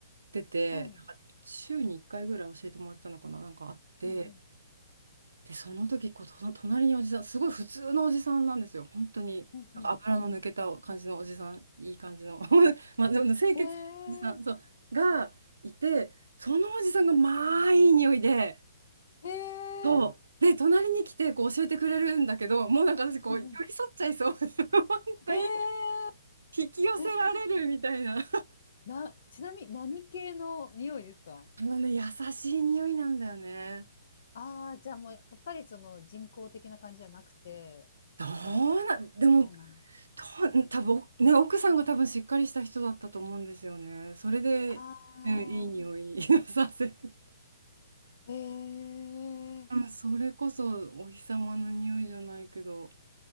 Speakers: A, on the right (about 85°); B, on the left (about 55°).
A: てて、
B: はい、
A: なんか週に1回ぐらい教えてもらったのかな、なんかあって、
B: うん、
A: で、その時こう、と隣におじさん、すごい普通のおじさんなんですよ、本当に。
B: うん、
A: なんか油の抜けた感じのおじさん、
B: うん、
A: いい感じの、<laughs> まあ、でも清潔なおじさん、
B: うん。え
A: そう、がいて、そのおじさんが、まあ、いい匂いで、
B: ー、え
A: そう。
B: ー、
A: で、隣に来てこう教えてくれるんだけど、もうなんか私こう寄り添っちゃいそう。
B: うんうん、
A: <laughs> 本当に
B: え
A: 引き寄せられるみたいな。
B: ー、え、な、ちなみに何系の匂いですか
A: あのね、優しい匂いなんだよね。
B: ああー、じゃあもう、やっぱりその人工的な感じじゃなくて、
A: どうなでも、
B: みたいな。
A: と、多分ね、奥さんが多分しっかりした人だったと思うんですよね。それで、
B: あ
A: うん、いい匂い
B: あ、
A: <laughs> させて。
B: ええ
A: うん、それこそお日様の匂いじゃないけど、